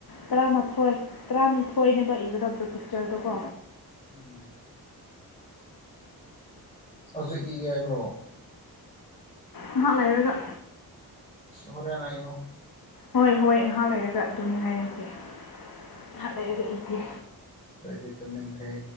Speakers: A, on the left (about 60°); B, on the left (about 15°).
A: ꯇꯔꯥꯃꯥꯊꯣꯏ ꯇꯔꯥꯅꯤꯊꯣꯏꯅꯦꯕ ꯏꯒꯗꯕꯗꯣ ꯄꯤꯛꯆꯔꯗꯣꯀꯣ
B: ꯎꯝ ꯍꯧꯖꯤꯛ ꯏꯒꯦ ꯍꯥꯏꯕ꯭ꯔꯣ
A: ꯉꯍꯥꯛ ꯂꯩꯔꯒ
B: ꯍꯨꯔꯦ ꯅꯥꯏ ꯏꯌ‌ꯣ
A: ꯍꯣꯏ ꯍꯣꯏ ꯉꯥꯏꯍꯥꯛ ꯂꯩꯔꯒ ꯑꯗꯨꯅꯤ ꯍꯥꯏꯔꯁꯦ ꯉꯥꯏꯍꯥꯛ ꯂꯩꯔꯒ ꯏꯒꯦ
B: ꯑꯩꯗꯤ ꯇꯨꯝꯅꯤꯡꯗꯔꯦ